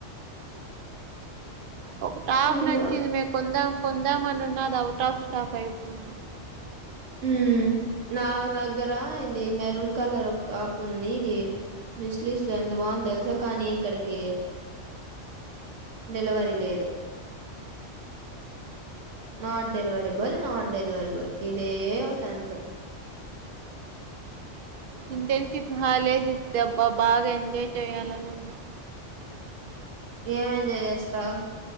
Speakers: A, on the right; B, on the right.
A: ఒక టాప్
B: అయ్యో
A: నచ్చిందే కొందాం కొందాం అని ఉన్న ఆది ఔట్ ఆఫ్ స్టాక్ అయిపోయింది
B: హ్మ్ నా దగ్గర ఇది మెరూన్ కలర్ ఒక టాప్ ఉంది ఇది విశ్లిస్ట్లో ఎంత బాగుందో తెలుసా కానీ ఎక్కడికి డెలివరీ లేదు నాట్ డెలివేరేబుల్ నాట్ డెలివరేబుల్ ఇ ఇదే ఓతంతు
A: ఇంటర్న్షిప్ హాలిడేస్ ఇస్తే అబ్బా బాగా ఎంజాయ్ చేయాలని ఉంది నాకు
B: ఏం ఎంజాయ్ చేస్తావు